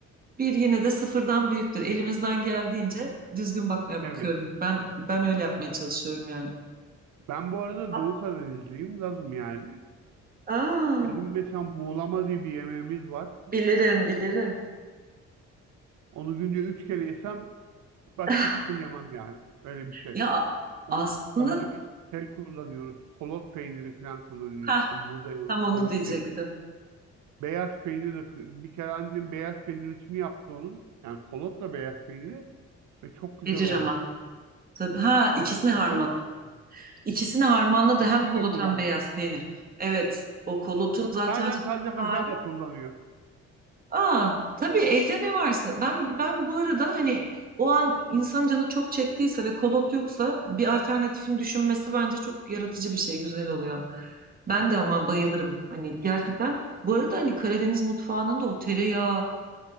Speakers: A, on the right; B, on the right.
A: bir yine de sıfırdan büyüktür. Elimizden geldiğince düzgün bakmaya
B: Evet.
A: bakıyorum. Ben ben öyle yapmaya çalışıyorum yani.
B: Ben bu arada
A: A-
B: Doğu Karadenizliyim. Lazım yani.
A: Aa,
B: Bizim mesela muğlama diye bir yemeğimiz var.
A: bilirim, bilirim.
B: Onu günde üç kere yesem başka
A: <laughs>
B: hiçbir şey yemem yani. Öyle bir şey.
A: Ya a-
B: On,
A: aslında
B: onda bir şey kullanıyoruz. Kolot peyniri falan kullanıyoruz.
A: ha
B: İşte buğday
A: tam onu
B: kolot
A: diyecektim.
B: peyniri. Beyaz peynir de bir kere annem beyaz peynirisini yaptı onun. Yani kolotla beyaz peyniri ve çok güzel
A: Verir
B: oldu.
A: ama. Tabii ha ikisini harman.
B: Efendim?
A: İkisini harmanladı
B: İkisini
A: hem kolot
B: de kullandım.
A: hem beyaz peynir. Evet. O kolotun zaten
B: Bazen
A: son
B: taze kaşar
A: hali
B: da kullanıyor.
A: Aa, tabii elde ne varsa. Ben ben bu arada hani o an insan canı çok çektiyse ve kolot yoksa bir alternatifin düşünmesi bence çok yaratıcı bir şey, güzel oluyor. Ben de ama bayılırım. Hani gerçekten bu arada hani Karadeniz mutfağının da o tereyağı